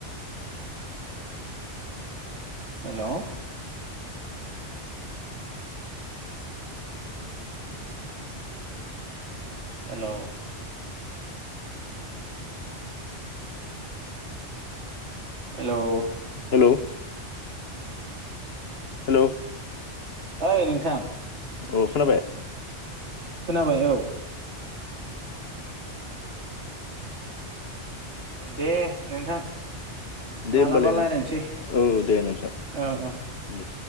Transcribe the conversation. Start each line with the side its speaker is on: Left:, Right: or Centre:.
Right: हेल' हेल' हेलौ
Left: हेल' हेलौ
Right: ओइ नोंथां
Left: औ खोनाबाय
Right: खोनाबाय औ दे नोंथां।
Left: दे
Right: मालाबा
Left: होमबालाय
Right: रायज्लायनोसै
Left: नों औ दे नोंथां
Right: ओ ओ
Left: दे।